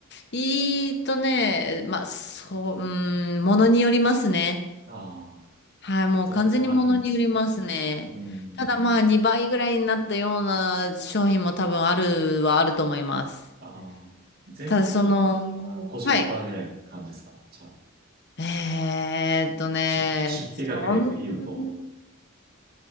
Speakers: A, on the left (about 50°); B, on the right (about 45°).
A: いいとね、まあ、そう、うん、ものによりますね。
B: ああー、
A: はい、もう完全にものによりますね。
B: 全然あるんです。うん。
A: ただまあ、2倍ぐらいになったような商品も多分あるはあると思います。
B: ああ、全体的には50%
A: ただその、はい。
B: ぐらいな感じですかじゃあ、
A: えーっとね、
B: 出、出費額で言うと、
A: そん、<laughs>